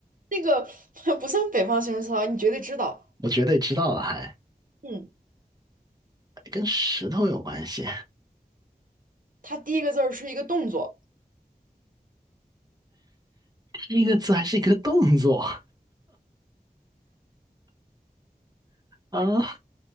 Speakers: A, on the right; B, on the right.
A: 那个 <laughs> 不算北方形容词啊，你绝对知道。
B: 我绝对知道了还，还
A: 嗯，
B: 跟石头有关系。
A: 他第一个字儿是一个动作，
B: 第一个字还是一个动作 <laughs> 啊，